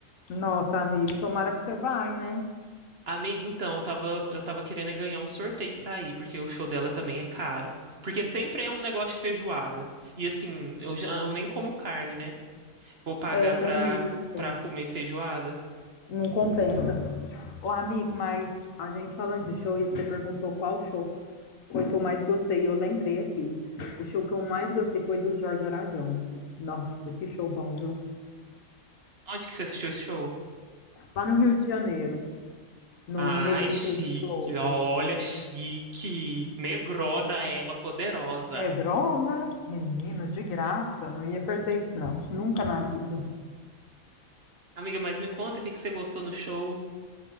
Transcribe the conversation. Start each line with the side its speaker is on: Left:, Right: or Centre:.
Left: nossa, amigo, tomara que você vai, né?
Right: Amiga, então, eu tava, eu tava querendo é ganhar um sorteio pra ir, porque o show dela também é caro. Porque sempre é um negócio de feijoada. E assim, eu já eu nem como carne, né? Vou pagar
Left: É, tem
Right: pra,
Left: isso.
Right: pra comer feijoada.
Left: Não compensa. Ô, amigo, mas a gente falando de show, e você perguntou qual show foi que eu mais gostei. Eu lembrei aqui. O show que eu mais gostei foi do Jorge Aragão. Nossa, que show bom, viu?
Right: Onde que você assistiu esse show?
Left: lá no Rio de Janeiro, no
Right: Ai,
Left: Negritude
Right: chique.
Left: Globo.
Right: Olha, chique. Negrona ela, poderosa.
Left: Negrona, menina, de graça, não ia perder isso, não. Nunca na vida.
Right: Amiga, mas me conta o que que você gostou no show?